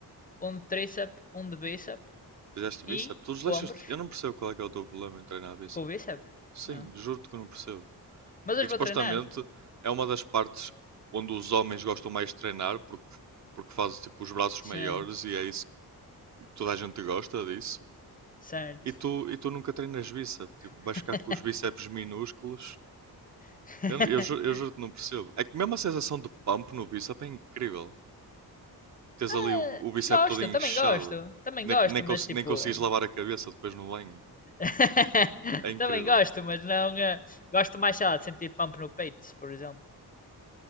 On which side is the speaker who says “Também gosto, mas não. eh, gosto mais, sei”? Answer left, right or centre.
Left